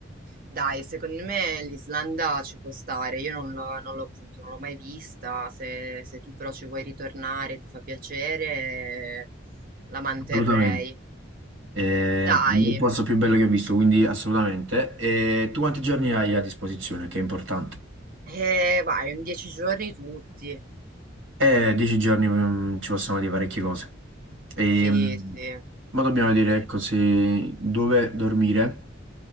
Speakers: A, on the right; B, on the right.
A: Dai, secondo me l'Islanda ci può stare. Io non l'ho non l'ho appunto, non l'ho mai vista. Se, se tu però ci vuoi ritornare, ti fa piacere, la manterrei.
B: Assolutamente. Eh,
A: Dai,
B: per me è il posto più bello che ho visto, quindi assolutamente. E tu quanti giorni hai a disposizione? Che è importante.
A: eh, vai, in dieci giorni tutti.
B: Eh, dieci giorni mm, ci possono dire parecchie cose. E,
A: Sì,
B: mm,
A: sì.
B: ma dobbiamo dire,
A: Che-
B: ecco, se dove dormire.